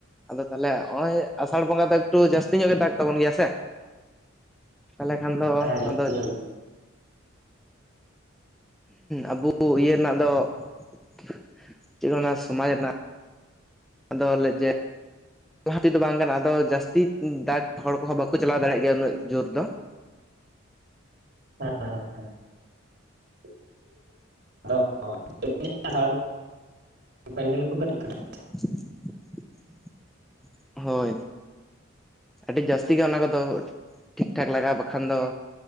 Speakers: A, in the centre; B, on the right.
A: ᱟᱫᱚ ᱛᱟᱦᱞᱮ ᱱᱚᱜᱼᱚᱭ ᱟᱥᱟᱲ ᱵᱚᱸᱜᱟ ᱫᱚ ᱮᱠᱴᱩ ᱡᱟᱹᱥᱛᱤ ᱧᱚᱜ ᱜᱮ ᱫᱟᱜ ᱛᱟᱵᱚᱱ ᱜᱮᱭᱟ ᱥᱮ᱾ ᱛᱟᱦᱚᱞᱮ ᱠᱷᱟᱱ ᱫᱚ
B: ᱡᱟᱹᱥᱛᱤ
A: ᱟᱫᱚ ᱟᱵᱚ ᱤᱭᱟᱹ ᱨᱮᱱᱟᱜ ᱫᱚ ᱾ ᱪᱮᱫ ᱚᱱᱟ ᱥᱚᱢᱟᱡ ᱨᱮᱱᱟᱜ ᱾ ᱟᱫᱚ ᱞ <inaudible> ᱡᱮ ᱾ ᱞᱟᱦᱟ ᱛᱮ ᱫᱚ ᱵᱟᱝ ᱠᱟᱱᱟ ᱟᱫᱚ ᱡᱟᱹᱥᱛᱤ ᱫᱟᱜ ᱦᱚᱲ ᱠᱚᱦᱚᱸ ᱵᱟᱠᱚ ᱪᱟᱞᱟᱣ ᱫᱟᱲᱮᱭᱟᱜ ᱜᱮᱭᱟ ᱩᱱᱟᱹᱜ ᱡᱳᱨ ᱫᱚ ᱾
B: ᱦᱮᱸᱮᱸ <inaudible> ᱟᱫᱚ <inaudible> ᱯᱮᱱᱰᱮᱞ ᱠᱚ ᱠᱟᱹᱴᱤᱡ ᱠᱟᱹᱴᱤᱡ
A: <inaudible>
B: ᱾
A: ᱦᱳᱭ, ᱟᱹᱰᱤ ᱡᱟᱹᱥᱛᱤ ᱜᱮ ᱚᱱᱟ ᱠᱚᱫᱚ ᱴᱷᱤᱠ ᱴᱷᱟᱠ ᱞᱟᱜᱟᱜᱼᱟ ᱵᱟᱠᱷᱟᱱ ᱫᱚ,